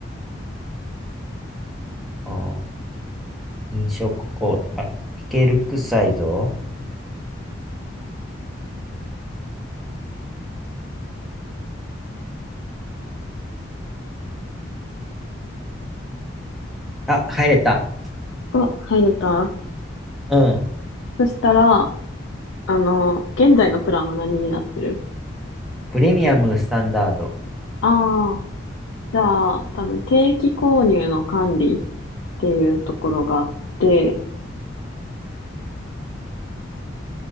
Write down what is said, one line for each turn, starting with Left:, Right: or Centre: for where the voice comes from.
Centre: あー、認証コード。あ、いけるくさいぞ。あ、入れた。
Left: お、入れた
Centre: うん。
Left: そしたら、あの、現在のプランは何になってる
Centre: プレミアムスタンダード。
Left: ああ、じゃあ、多分定期購入の管理っていうところがあって、